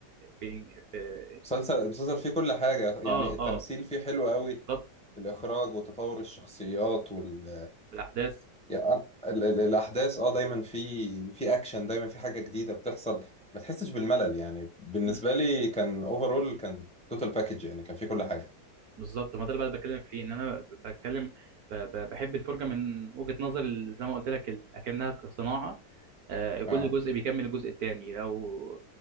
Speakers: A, on the right; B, in the centre.
A: في في
B: مسلسل المسلسل فيه كل حاجة يعني
A: اه
B: التمثيل
A: اه
B: فيه حلو قوي
A: بالظبط
B: الإخراج وتطور الشخصيات وال
A: بالاحداث
B: يعني ال... ال... الأحداث اه دايما في في أكشن دايما في حاجة جديدة بتحصل ما تحسش بالملل يعني بالنسبة
A: مم.
B: لي كان اوفرول كان توتال باكج يعني كان فيه كل حاجة
A: بالظبط ما ده اللي بقى بكلمك فيه ان انا بتكلم ب- ب- بحب الفرجه من وجهه نظر ال- زي ما قلت لك ال- اكنها صناعه آه، كل
B: اه
A: جزء بيكمل الجزء التاني لو